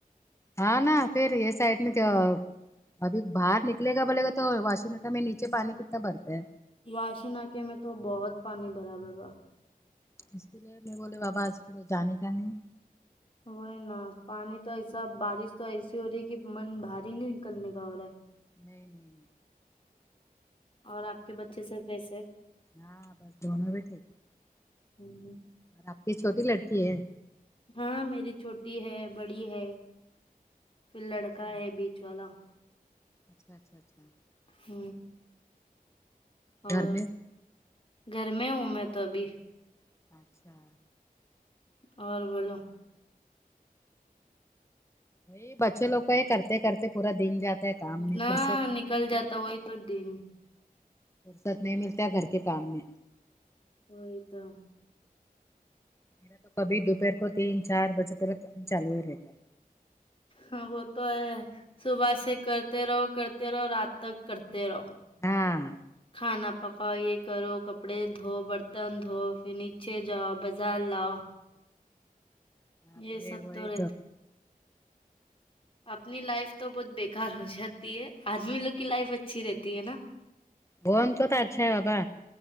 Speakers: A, on the left; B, on the left.
A: ہاں نا پھر یہ سائڈ میں جو ابھی باہر نکلے گا بولے گا تو واش نگ میں نیچے پانی کتنا بھرتا ہے
B: واش نکے میں تو بہت پانی بھرا ہے با
A: اس کے لیے میں بولے بابا آ اس کے لیے جانے کا نہیں
B: وہی نا پانی تو ایسا بارش تو ایسی ہو رہی ہے کہ من بھاری نہیں نکلنے کا ہو رہا ہے
A: نہیں نہیں
B: اور آپ کے بچے سے کیسے
A: ہاں بس دونوں بھی ٹھیک ہے
B: ہوں
A: اور آپ کی چھوٹی لڑکی ہے
B: ہاں میری چھوٹی ہے بڑی ہے پھر
A: اچھا
B: لڑکا ہے بیچ والا
A: اچھا اچھا اچھا
B: ہ اور
A: گھر میں
B: گھر میں ہوں میں تو ابھی
A: اچھا
B: اور بولو
A: یہ بچولوگ کا یہ کرتے کرتے پورا دن جاتا ہے کام میں
B: نا
A: فرصت نہیں
B: نکل
A: ملتی
B: جاتا
A: ہے
B: وہی تو دن
A: فرصت نہیں ملتا گھر کے کام میں
B: وہی تو
A: میرا تو کبھی دوپہر کو تین چار بجے تلک چالو ہی رہتا ہے
B: ہاں وہ تو ہے صبح سے کرتے رہو کرتے رہو رات تک کرتے رہو
A: ہاں
B: کھانا پکاؤ یہ کرو کپ کپڑے دھو برتن دھو پھر نیچے جاؤ بازار لاؤ
A: باپ
B: یہ
A: رے
B: سب
A: وہی
B: تو رہے تھا اپنی لائف تو بہت بیکار ہو جاتی ہے آدمی لوگ کی لائف ا اچھی رہتی ہے نا
A: بون تو تو اچھا ہے بابا